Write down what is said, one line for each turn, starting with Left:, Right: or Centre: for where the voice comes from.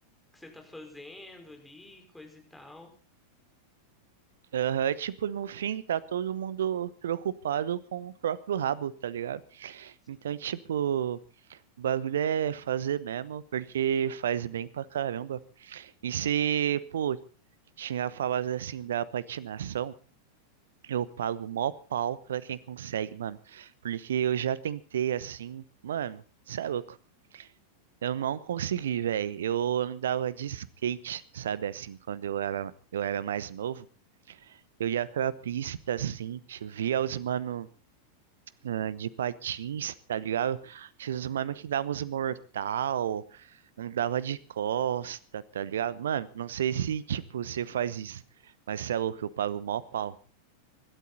Centre: que você tá fazendo ali, coisa e tal.
Right: Aham, tipo, no fim, tá todo mundo preocupado com o próprio rabo, tá ligado?
Centre: Sim.
Right: Então, tipo, o bagulho é fazer mesmo, porque faz bem pra caramba. E se, pô, tinha falado assim da patinação, eu pago mó pau pra quem consegue, mano. Porque eu já tentei assim, mano, cê é louco. Eu não consegui, velho. Eu andava de skate, sabe, assim, quando eu era, eu era mais novo. Eu ia pra pista, assim, tio, via os mano ah, de patins, tá ligado? Tinha os mano que davam uns mortal, andava de costa, tá ligado? Mano, não sei se, tipo, você faz isso, mas você é louco, eu pago mó pau.